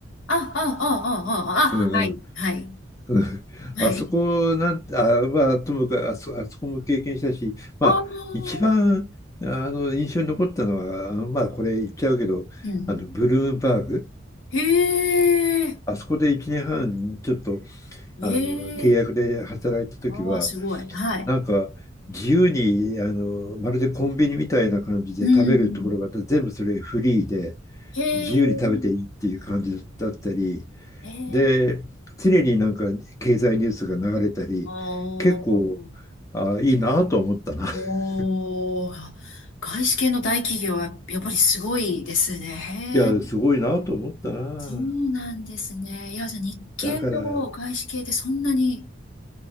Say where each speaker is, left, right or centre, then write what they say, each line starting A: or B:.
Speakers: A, on the left; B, on the left.
A: あ、あ、あ、あ、あ、
B: うんうん
A: あ、あはい。はい。
B: <laughs>
A: はい。
B: あそこなん、あ、まあ、ともかくあそ、あそこも経験したし、まあ、
A: ああ。
B: 一番あの印象に残ったのは、あのまあ、これ言っちゃうけど、
A: うんうん。
B: あのブルームバーグ、
A: へえ、
B: あそこで1年半、ちょっと
A: え
B: あの契約で働いた時は、
A: え、ああ、すごい。はい。
B: なんか自由にあのまるでコンビニみたいな感じで食べるところがあって、
A: うんうん。
B: 全部それフリーで、
A: へえ、
B: 自由に食べていいっていう感じだったり、
A: へえ、
B: で、常になんか経済ニュースが流れたり、
A: ああ、
B: 結構、あ、いいなと思ったな。<laughs>
A: おー、外資系の大企業はやっぱりすごいですね。
B: いや、
A: へえ、
B: すごいなと思ったな。
A: そうなんですね。いや、じゃあ日系と外資系ってそんなに、
B: だから、